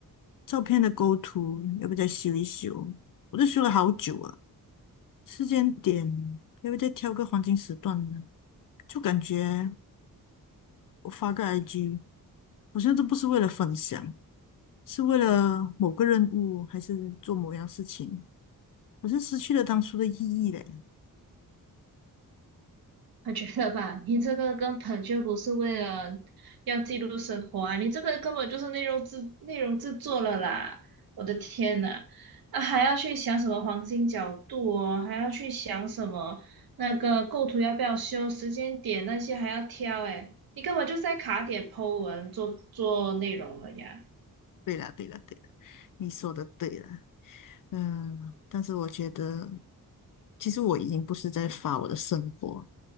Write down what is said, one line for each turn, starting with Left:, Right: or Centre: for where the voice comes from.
Left: 照片的构图要不要再修一修？我都修了好久啊。时间点要不要再挑个黄金时段呢？就感觉我发个 IG 好像都不是为了分享，是为了某个任务，还是做某样事情，好像失去了当初的意义嘞。
Right: 我觉得吧，你这个根本就不是为了要记录生活啊，你这个根本就是内容制内容制作了啦！我的天呐，啊还要去想什么黄金角度哦，还要去想什么那个构图要不要修，时间点那些还要挑诶，你根本就是在卡点 po 文做做内容了呀。
Left: 对了，对了，对了，你说的对了。嗯，但是我觉得，其实我已经不是在发我的生活，